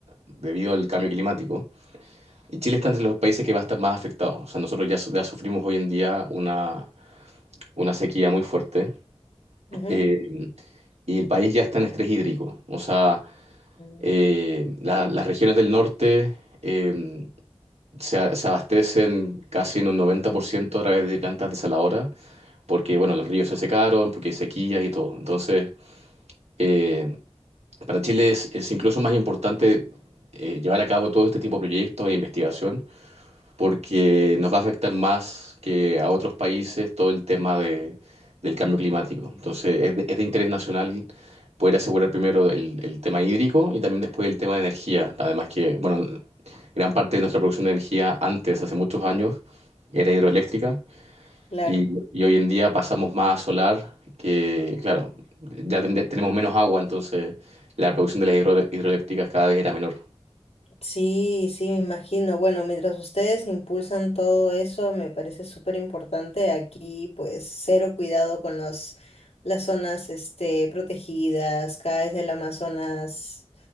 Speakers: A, on the right; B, on the left.
A: debido al cambio climático. Y Chile está entre los países que va a estar más afectado. O sea, nosotros ya, su- ya sufrimos hoy en día una, una sequía muy fuerte
B: Ujú.
A: eh, y el país ya está en estrés hídrico. O sea,
B: Mm,
A: eh, la- las regiones del norte... eh, se, a- se abastecen casi en un 90% a través de plantas desaladoras porque bueno, los ríos se secaron, porque hay sequías y todo. Entonces, eh, para Chile es, es incluso más importante eh, llevar a cabo todo este tipo de proyectos e investigación, porque nos va a afectar más que a otros países todo el tema de- del cambio climático. Entonces, es de, es de interés nacional poder asegurar primero el, el tema hídrico y también después el tema de energía. Además que, bueno, gran parte de nuestra producción de energía antes, hace muchos años, era hidroeléctrica
B: Claro.
A: y, y hoy en día pasamos más a solar, que claro, ya tende- tenemos menos agua, entonces la producción de las hidro- hidroeléctricas cada vez era menor.
B: Sí, sí, me imagino. Bueno, mientras ustedes impulsan todo eso, me parece súper importante. Aquí, pues, cero cuidado con los, las zonas, este, protegidas. Cada vez el Amazonas